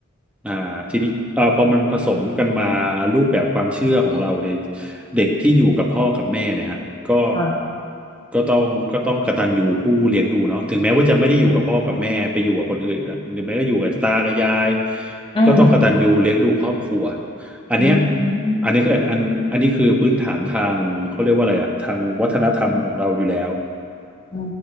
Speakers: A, in the centre; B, on the left.
A: อ่าทีนี้เอ่อพอมันผสมกันมารูปแบบความเชื่อของเราเนี่ยเด็กที่อยู่กับพ่อกับแม่เนี่ยฮะก็
B: ค่ะ
A: ก็ต้องก็ต้องกตัญญูผู้เลี้ยงดูเนาะถึงแม้ว่าจะไม่ได้อยู่กับพ่อกับแม่ไปอยู่กับคนอื่นอะหรือแม้ก็อยู่กับตากับยาย
B: อืม
A: ก็ต้องกตัญญูเลี้ยงดูครอบครัวอันเนี้ย
B: อืม
A: อันนี้ก็อันอันอันนี้คือพื้นฐานทางเขาเรียกว่าอะไรอะทางวัฒนธรรมของเราอยู่แล้ว
B: อื